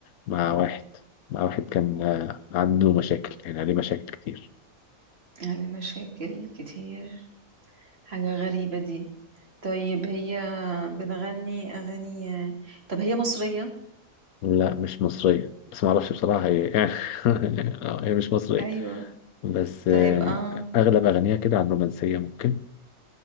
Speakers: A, on the left; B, on the right.
A: مع واحد مع واحد كان آه، عنده مشاكل يعني عليه مشاكل كتير
B: يعني مشاكل كتير حاجة غريبة دي طيب هي بتغني أغاني طب هي مصرية
A: لا مش مصرية بس ما اعرفش بصراحة هي <laughs> آه، هي مش مصرية
B: أيوة
A: بس
B: طيب
A: آه، يعني
B: آه
A: اغلب اغانيها كده عن رومانسية ممكن